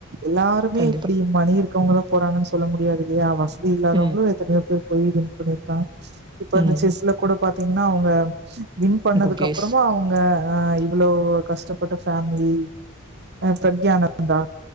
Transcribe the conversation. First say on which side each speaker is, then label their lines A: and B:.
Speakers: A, on the right; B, on the right.
A: எல்லாருமே
B: கண்டிப்பா
A: இப்டி மணி இர் க்கவுங்கதா போறாங்கன் சொல்ல முடியாதில்லையா வச தி இல்லாதவங்களு
B: ம்
A: எத்தனையோ பேர் போயி வின் பண்ணிருக்காங் இப்ப
B: ம்
A: அந்த ச்செஸ்ல த்தீங்கன்னா அவுங்க வின் பண்ணதுக்கப்பறமு
B: குக்கீஸ்
A: அவுங்க ஆ இவ்வளோ கஷ்டப்பட்ட ஃபேமிலி அ ப்ரக்யானந்தா